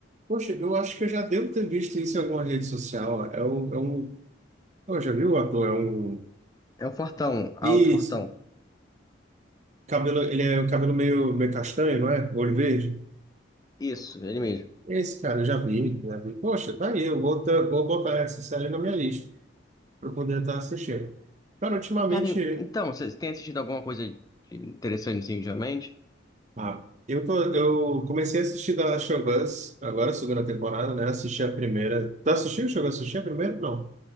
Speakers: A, on the right (about 35°); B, on the left (about 20°).
A: Poxa, eu acho que eu já devo ter visto isso em alguma rede social. É um, é um... Oh, já viu o ator? É um...
B: É um fortão, alto
A: Isso.
B: fortão.
A: Cabelo, ele é o cabelo meio, meio castanho, não é? Olho verde.
B: Isso, ele mesmo.
A: Esse cara, eu já vi, já vi. Poxa, tá aí. Eu vou, ter- vou botar essa série na minha lista para poder estar assistindo. Cara, ultimamente...
B: Cara, en- então, você tem assistido alguma coisa de- interessante assim, ultimamente?
A: Ah, eu, tô, eu comecei a assistir The Last of Us, agora a segunda temporada, né? Assisti a primeira. Tu assistiu? Chegou a assistir a primeira? Não.